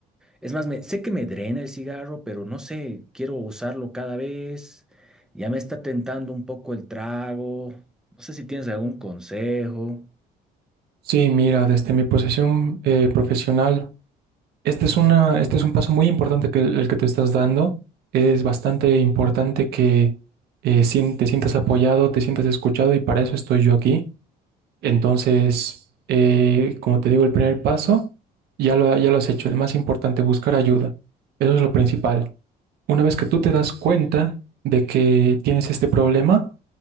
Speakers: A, in the centre; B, on the right.
A: es más, me- sé que me drena el cigarro, pero no sé, quiero usarlo cada vez. Ya me está tentando un poco el trago. No sé si tienes algún consejo.
B: Sí, mira, desde mi posición eh, profesional, este es una, este es un paso muy importante que el que te estás dando. Es bastante importante que eh, sien- te sientas apoyado, te sientas escuchado y para eso estoy yo aquí. Entonces, eh, como te digo, el primer paso ya lo, ya lo has hecho. El más importante, buscar ayuda. Eso es lo principal. Una vez que tú te das cuenta de que tienes este problema,